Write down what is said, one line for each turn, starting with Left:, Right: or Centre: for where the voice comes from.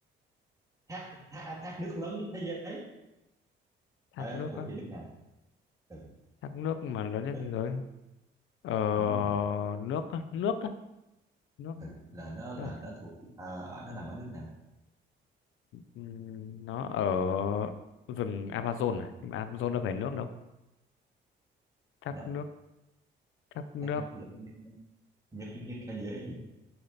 Right: thác, thác thác nước lớn nhất thế giới
Left: thác
Right: Ờ,
Left: nước
Right: thuộc
Left: á
Right: về nước nào ừ,
Left: thác nước mà lớn nhất
Right: lớn
Left: thế giới ờ
Right: ừ.
Left: nước á, nước á, nước
Right: Ừ, là nó
Left: ờ,
Right: là nó thuộc à, ở- nó nằm ở nước nào
Left: ừm, nó ở rừng Amazon à nhưng mà Amazon đâu phải nước đâu thác
Right: nó
Left: nước thác nước
Right: các nước lớn nhất nhất nhất thế giới gì